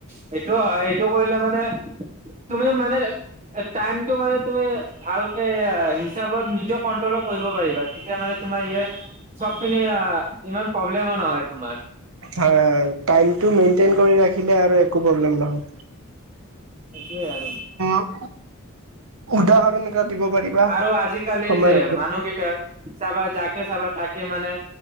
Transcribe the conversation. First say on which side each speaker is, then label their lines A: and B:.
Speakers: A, on the right; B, on the right.
A: সেইটোওঁ হয় এইটো কৰিলে মানে তুমি মানে টাইমটো মানে তুমি ভালকে অ - হিচাপত নিজে কন্ট্ৰলো কৰিব পাৰিবা তেতিয়া মানে তোমাৰ ইয়ে চবখিনি অ - ইমান প্ৰব্লেমো নহয় তোমাৰ।
B: হয় হয় টাইমটো মেইনটেইন কৰি ৰাখি কিবা আৰু একো প্ৰব্লেম নহয়।
A: সেইটোৱে আৰু।
B: চ' উদাহৰণ এটা দিব পাৰিবা?
A: আৰু আজিকালি
B: আমাৰ
A: যে মানুহকেইটাৰ চাবা যাকে চাবা তাকে মানে